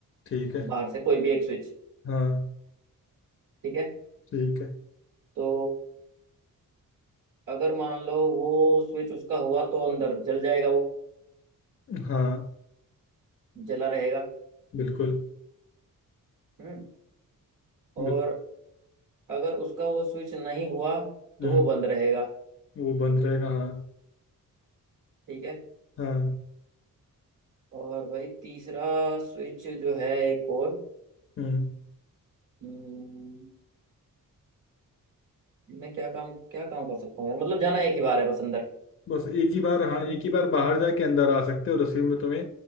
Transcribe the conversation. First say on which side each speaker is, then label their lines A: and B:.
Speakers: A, on the left; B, on the right.
A: ठीक है
B: बाहर से कोई भी एक स्विच
A: हाँ
B: ठीक है
A: ठीक है
B: तो अगर मान लो वो स्विच उसका हुआ तो अंदर जल जाएगा वो
A: हाँ
B: जला रहेगा
A: बिल्कुल
B: हम्म और
A: बिल्कुल
B: अगर उसका वो स्विच नहीं हुआ
A: हम्म,
B: तो वो बंद रहेगा
A: वो बंद रहेगा हाँ
B: ठीक है
A: हाँ
B: और भाई तीसरा स्विच जो है एक और
A: हम्म
B: हम्म, मैं क्या काम क्या काम कर सकता हूँ यार मतलब जाना एक ही बार है बस अंदर
A: बस एक ही बार हाँ एक ही बार बाहर जाके अंदर आ सकते हो और उसी में तुम्हें